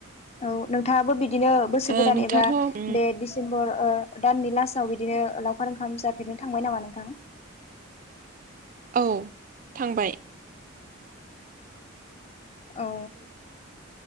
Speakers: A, on the left; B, on the right.
A: औ नोंथाङाबो बिदिनो बोसोर
B: ओ
A: गोदान
B: नोंथाङाथ'
A: एबा बे डिसेम्बर ओ दाननै लास्टाव बिदिनो लावखार ओंखाम जाफेरनो थांबाय नामा नोंथां
B: औ थांबाय
A: औ